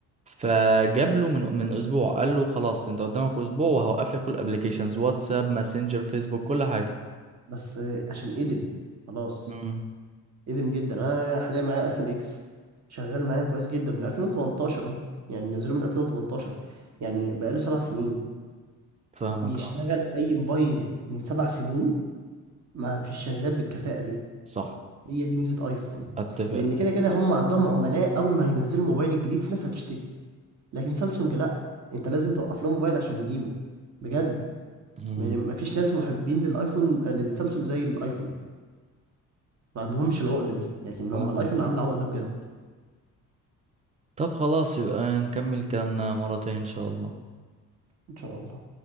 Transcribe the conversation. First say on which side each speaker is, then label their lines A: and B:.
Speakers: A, on the right; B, on the right.
A: فجاب له من من اسبوع قال له خلاص انت قدامك اسبوع وهوقف لك كل الابلكيشنز واتساب ماسنجر فيسبوك كل حاجه
B: بس عشان ادم خلاص
A: مم.
B: ادم جدا انا حاليا معايا ايفون اكس شغال معايا كويس جدا من 2018 اهو يعني نزله من 2018 يعني بقاله سبع سنين
A: فاهمك
B: بيشتغل
A: اه
B: اي موبايل من سبع سنين ما فيش شغال بالكفاءة دي
A: صح
B: هي دي ميزة ايفون
A: اتفق
B: لان كده كده هم عندهم عملاء اول ما هينزلوا الموبايل الجديد في ناس هتشتري لكن سامسونج لا انت لازم توقف لهم موبايل عشان يجيبه بجد
A: مم،
B: ما ما فيش ناس محبين للايفون للسامسونج زي الايفون ما عندهمش العقدة دي لكن
A: فاهمك
B: هم الايفون
A: اه
B: عامل عقدة بجد
A: طب خلاص يبقى نكمل كلامنا مرتين ان شاء الله
B: ان شاء الله